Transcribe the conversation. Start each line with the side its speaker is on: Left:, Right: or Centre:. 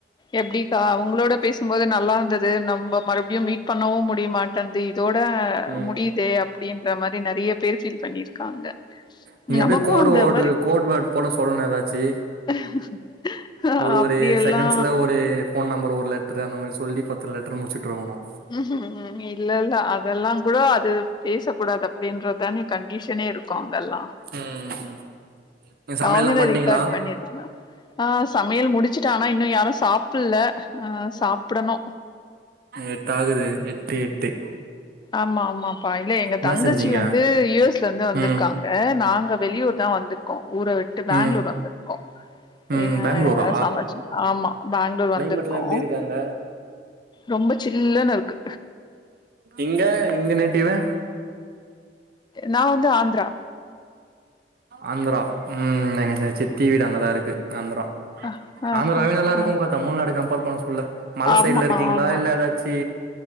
Left: எப்படிக்கா அவங்களோட பேசும்போது நல்லா இருந்தது நம்ம மறுபடியும் மீட் பண்ணவும் முடியமாட்டேன்னுது இதோட
Right: ம்
Left: முடியுது அப்படின்ற மாரி நறைய பேர் ஃபீல் பண்ணிருக்காங்க
Right: நீங்க
Left: நமக்கு
Right: அப்டியே கோடு
Left: அந்த
Right: ஓடு
Left: மாரி
Right: கோடு வேர்ட் போட சொல்ணு ஏதாச்சி
Left: <unintelligible>
Right: ஒரு
Left: அப்டியெல்லா
Right: ஒரு செகண்ட்ஸ்ல ஒரு போன் நம்பர் ஒரு லெட்ரு அந்த மாரி சொல்லி பத்து லெட்ரு முடிச்சு விட்ரோணு
Left: ம் ம் இல்ல இல்ல அதெல்லா கூட அது பேச கூடாது அப்படின்றதுதானே கண்டிஷனே இருக்கு அங்க எல்லா
Right: ம் ம் நீங்க சமையல்லா
Left: அவங்க
Right: பண்ட்டீங்களா
Left: ரெக்கார்ட் பண்ணிட்டு் ஆ மேல் முடிச்சுட்டானா இன்னு யாரும் சாப்பு அ சாப்படணு
Right: எட்டு ஆகுது எட்டு எட்டு
Left: ஆமா ஆமாப்பா இல்ல எங்க
Right: என்னா
Left: தங்கச்சி
Right: செஞ்சீங்க
Left: வந்து யுஎஸ் ல இருந்து வந்திருக்காங்க
Right: ம்
Left: நாங்க வெளியூர் தான் வந்திருக்கோ ஊர விட்டு பெங்ளூர்
Right: ம்
Left: வந்திருக்கோ
Right: ம்
Left: ஏன்
Right: பேங்களூரா
Left: ஏ சமைச்ச ஆமா பெங்ளூர்
Right: கிளைமேட்லா
Left: வந்திருக்கோ
Right: எப்டி இருக்கு அங்க
Left: ரொம்ப சில்லன்னு இருக்கு
Right: இங்க இங்க நேட்டிவ்வு
Left: நா வந்து ஆந்த்ரா
Right: ஆந்திரா ம் எங்க சித்தி வீடு அங்கதான் இருக்கு ஆந்திரா
Left: அ அ
Right: ஆந்தராவே
Left: அ
Right: நல்லா இருக்கும்க்கா
Left: அ
Right: தமிழ்நாட கம்பர் பண்ணும் சொல்ல மலை
Left: ஆமா
Right: சைடுல இருக்கீங்களா
Left: ஆமா
Right: இல்ல ஏதாச்சி